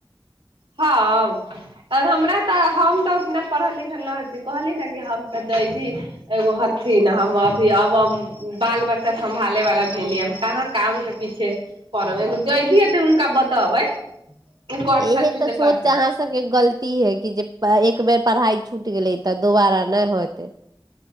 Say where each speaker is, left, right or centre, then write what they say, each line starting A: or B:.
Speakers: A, on the right; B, on the right.
A: हम हमरा तऽ हम तऽ उतना पढ़ल लिखल न हथि कहली ने कि हम तऽ जैधी भी एगो हथिन हम अभी अब हम बाल बच्चा सम्भाले वाला भेलिय हम कहाँ काम के पीछे पड़बै एगो जयधी हथिन हुनका बतेबै कर
B: इहे
A: छलथिन
B: तऽ सोच
A: कर छल
B: अहाँ सबके गलती है कि जे एक बेर पढ़ाइ छुट गेलै तऽ दुोबारा नहि होते